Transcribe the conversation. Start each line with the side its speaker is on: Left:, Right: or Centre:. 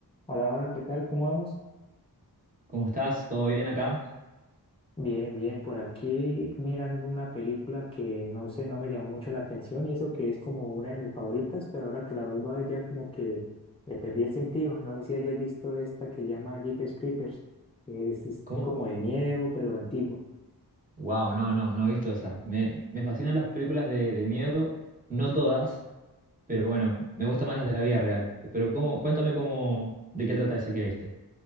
Left: Hola, hola, ¿qué tal? ¿Cómo vamos?
Right: ¿Cómo estás? ¿Todo bien acá?
Left: Bien, bien, por aquí mirando una película que no sé, no me llamó mucho la atención y eso que es como una de mis favoritas, pero ahora que la vuelvo a ver ya como que le perdí el sentido. No sé si hayas visto esta que llama Jeepers Creepers. Es, es
Right: ¿Cómo?
Left: como de miedo, pero antigua.
Right: Wow, no, no, no he visto esa. Me, me fascinan las películas de, de miedo, no todas, pero bueno, me gustan más las de la vida real. Pero cómo, cuéntame cómo, de qué trata esa que viste.